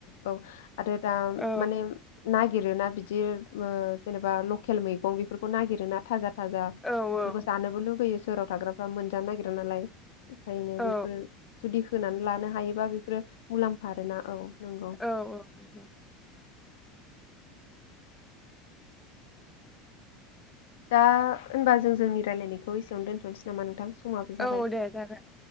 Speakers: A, on the left; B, in the centre.
A: औ आरो दा
B: औ
A: माने नागिरोना बिदि जेनेबा लकेल मैगं बेफोरखौ नागिर ना थाजा थाजा बेफोरखौ
B: औ औ
A: जानोबो लुबैयो सोराव थाग्राफ्रा मोनजानो नागिरा नालाय बेखायनो
B: औ
A: बेफोर जुदि होनानै लानो हायोबा बेफोरो मुलाम्फा आरोना औ नंगौ
B: औ औ नंगौ
A: दा होनबा जों जोंनि रायलायनायखौ एसेयावनो दोन्थ'नोसै नामा नोंथां समाबो जाबाय
B: औ दे जागोन